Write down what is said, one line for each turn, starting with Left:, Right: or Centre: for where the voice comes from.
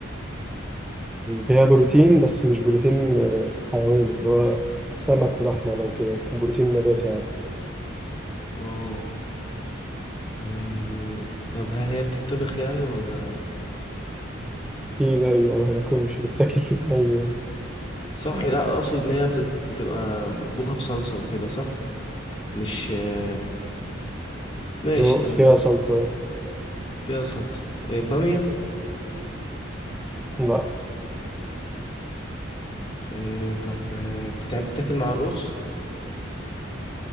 Centre: فيها بروتين بس مش بروتين آه، حيواني اللي هو سمك ولحمة لو كده بروتين نباتي يعني
Left: اه آه، طب هل هي بتطبخ يعني ولا
Centre: في ده أيوة هناكل مش هتتاكل أي
Left: صح لا اقصد ان هي بتت... بتبقى مطبوخة بصلصة وكده صح مش آه ماشي
Centre: ذوق
Left: تمام
Centre: فيها صلصة
Left: فيها صلصة آه بامية
Centre: لا
Left: آه طب آه بتتعب بتاكل مع الرز